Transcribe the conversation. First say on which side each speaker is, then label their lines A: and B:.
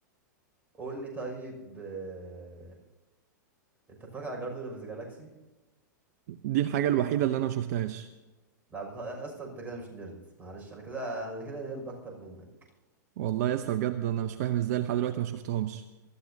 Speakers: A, on the right; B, on the right.
A: قول لي طيب آه، انت اتفرجت على جاردن اوف ذا جالاكسي
B: دي الحاجه الوحيده اللي انا ما شفتهاش
A: لا بتا... يا اسطى انت كده مش نرد معلش انا كده انا كده نرد اكتر منك
B: والله يا اسطى بجد انا مش فاهم ازاي لحد دلوقتي ما شفتهمش